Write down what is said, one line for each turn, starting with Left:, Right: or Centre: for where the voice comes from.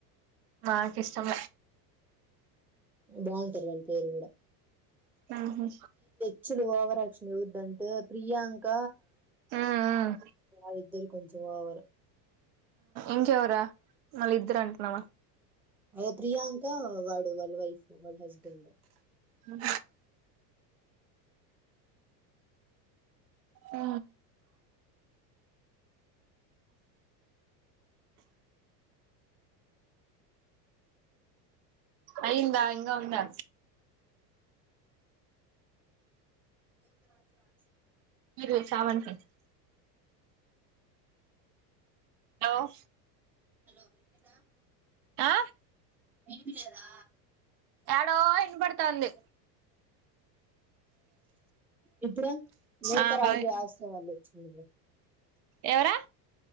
Right: నా కష్టం
Centre: బాగుంటారు వాళ్ళ పేరు కూడా
Right: ఆహా
Centre: అచ్చుడు ఓవరాక్షన్ ఇవద్దంటే ప్రియాంక.
Right: ఉమ్
Centre: వాళ్ళ ఇద్దరు కొంచెం ఓవర్
Right: ఇంకవరా మళ్ళ ఇద్దరు అంటూనావు
Centre: అదే ప్రియాంక వాడు వాళ్ళ వైఫ్ వాళ్ళ హస్బెండ్.
Right: మ ఆ అయ్యందా ఇంగా ఉందా
Centre: <inaudible>
Right: మీరు చావ <unintelligible> హలో
Centre: హలో <unintelligible>
Right: ఆ
Centre: విడిపిలేదా
Right: ఏడో ఇన పడుతుంది
Centre: ఇప్పుడు నుతో
Right: ఆ
Centre: రాజు
Right: బాయ్
Centre: <unintelligible>
Right: ఎవరా